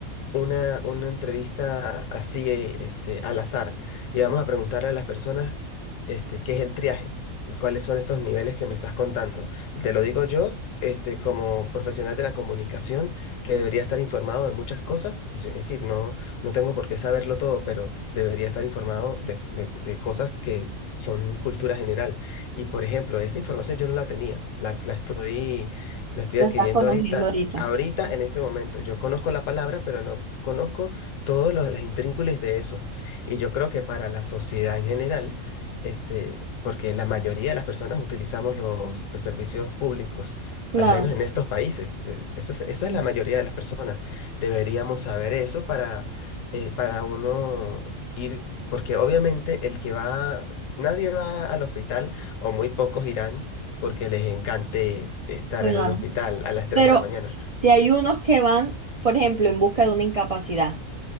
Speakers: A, on the left (about 75°); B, on the right (about 65°).
A: una, una entrevista así, eh, este, al azar. Y vamos a preguntarle a las personas, este, qué es el triaje y cuáles son estos niveles que me estás contando. Te lo digo yo, este, como profesional de la comunicación, que debería estar informado de muchas cosas. Es es decir, no, no tengo por qué saberlo todo, pero debería estar informado de, de de cosas que son cultura general. Y, por ejemplo, esa información yo no la tenía. La, la estoy la estoy
B: La
A: adquiriendo
B: estás conociendo
A: ahorita,
B: ahorita.
A: ahorita en este momento. Yo conozco la palabra, pero no conozco todos los, las intríngulis de eso. Y yo creo que para la sociedad en general, este, porque la mayoría de las personas utilizamos los, los servicios públicos,
B: Claro,
A: al menos en estos países, eh, eso es, eso es la mayoría de las personas. Deberíamos saber eso para, eh, para uno ir, porque obviamente el que va, nadie va al hospital o muy pocos irán porque les encante estar
B: claro.
A: en un hospital a las tres
B: Pero
A: de la mañana.
B: si hay unos que van, por ejemplo, en busca de una incapacidad,